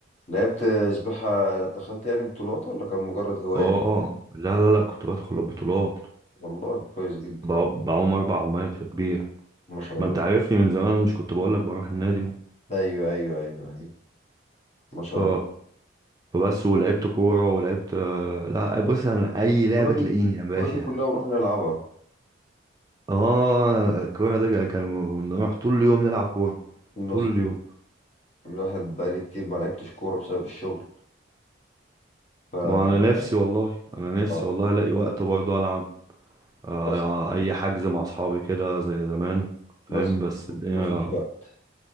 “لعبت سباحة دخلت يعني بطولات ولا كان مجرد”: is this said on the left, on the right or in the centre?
Left